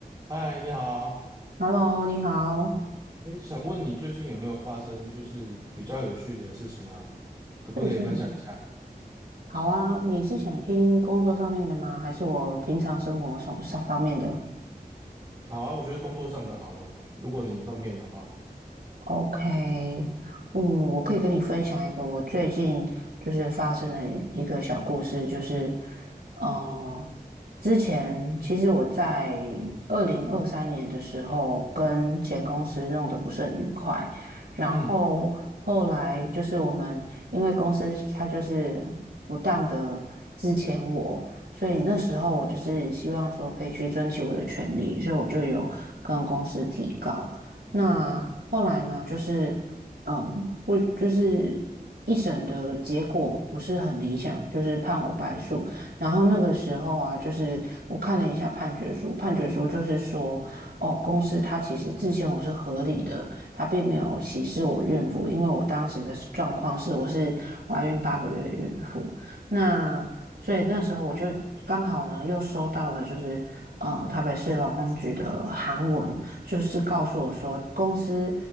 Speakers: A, on the right; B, on the right.
A: 嗨，你好，
B: Hello，你好，
A: 哎，想问你最近有没有发生就是比较有趣的事情啊？可不可以分享一下？
B: 最近好啊，你是想听工作上面的吗？还是我平常生活上上方面的？
A: 好啊，我觉得工作上的好了，如果你方便的话。
B: OK，嗯，我可以跟你分享一个我最近就是发生的一个小故事，就是，呃，之前其实我在二零二三年的时候跟前公司弄得不是很愉快，然后后来就是我们因为公司它就是不当的之前我，
A: 嗯
B: 所以那时候我就是希望说可以去争取我的权利，所以我就有跟公司提告。那后来呢，就是嗯，不就是一审的结果不是很理想，就是判我败诉。然后那个时候啊，就是我看了一下判决书，判决书就是说，哦，公司它其实之前我是合理的，它并没有歧视我孕妇，因为我当时的状况是我是怀孕八个月的孕妇。那所以那时候我就刚好呢，又收到了就是呃台北市劳工局的函文。就是告诉我说，公司